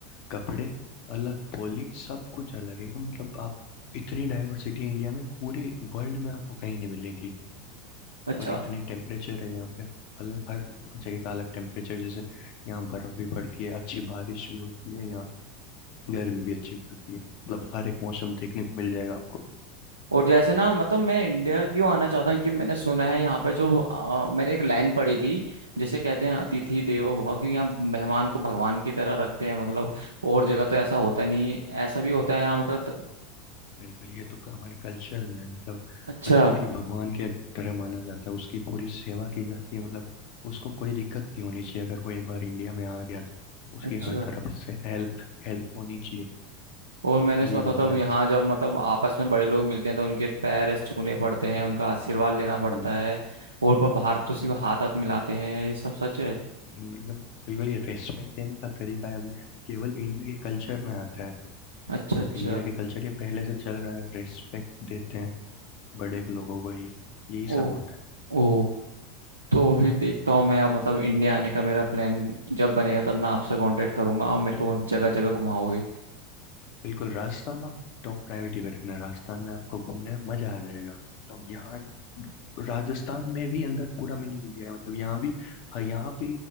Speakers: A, on the left; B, on the right.
A: कपड़े अलग बोली सब कुछ अलग है एकदम मतलब आप इतनी डाइवर्सिटी है इंडिया में पूरे वर्ल्ड में आपको कहीं नहीं मिलेगी
B: अच्छा
A: और इतने टेम्परेचर है यहाँ पे अलग हर जगह का अलग टेम्परेचर जैसे यहाँ बर्फ भी पड़ती है अच्छी बारिश भी होती है यहाँ गर्मी भी अच्छी पड़ती है मतलब हर एक मौसम देखने को मिल जाएगा आपको
B: और जैसे ना मतलब मैं इंडिया क्यों आना चाहता हूँ क्योंकि मैंने सुना है यहाँ पे जो अ, मैंने एक लाइन पढ़ी थी जिसे कहते हैं अतिथि देवो भव क्योंकि यहाँ मेहमान को भगवान की तरह रखते हैं मतलब और जगह तो ऐसा होता नहीं ऐसा भी होता है यहाँ मतलब त-
A: बिल्कुल ये तो हमारे कल्चर में है, मतलब
B: अच्छा
A: अतिथि भगवान के तरह माना जाता है उसकी पूरी सेवा की जाती है मतलब उसको कोई दिक्कत नहीं होनी चाहिए अगर वो एक बार इंडिया में आ गया तो उसकी
B: अच्छा
A: हर तरफ से हेल्प हेल्प होनी चाहिए
B: और मैंने सुना
A: ये
B: था
A: माना
B: तब
A: जाता
B: यहाँ जब मतलब आपस में बड़े लोग मिलते हैं तो उनके पैर ऐसे छूने पड़ते हैं उनका आशीर्वाद लेना पड़ता
A: है
B: है और पर बाहर तो सिर्फ हाथ हाथ मिलाते हैं ये सब सच है
A: बिल्कुल बिल्कुल बिल्कुल ये रेस्पेक्ट देने का तरीका है अभी है केवल इंडिया के कल्चर में आता है
B: अच्छा
A: अब
B: अच्छा
A: इंडिया के कल्चर ये पहले से चल रहा है रेस्पेक्ट देते हैं बड़े लोगों को ही यही
B: ओ
A: सब होता
B: ओ तो फिर देखता हूँ मैं अब मतलब
A: है
B: इंडिया आने का मेरा प्लान जब बनेगा तब मैं आपसे कांटेक्ट करूंगा आप मेरे
A: बिल्कुल
B: को जगह जगह घुमाओगे
A: बिल्कुल राजस्थान आप टॉप प्रायोरिटी पे रखना राजस्थान में आपको घूमने में मजा आ जाएगा तो यहाँ राजस्थान में भी अंदर पूरा मिनी इंडिया है मतलब यहाँ भी हाँ, यहाँ पे